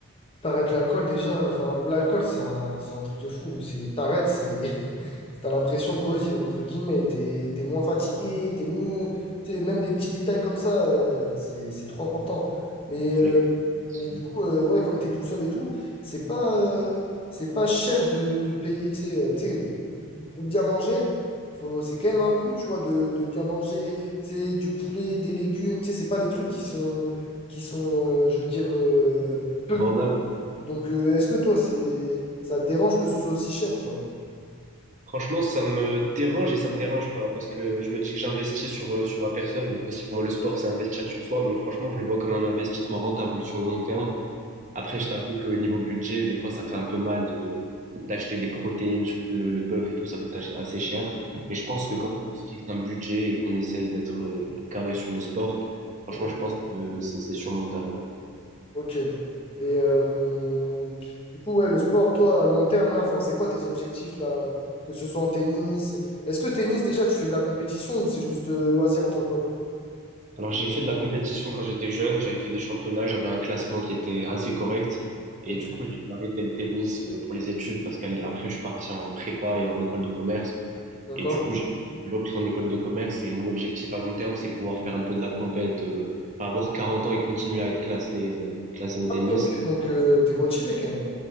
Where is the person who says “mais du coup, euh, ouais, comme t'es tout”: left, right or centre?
Left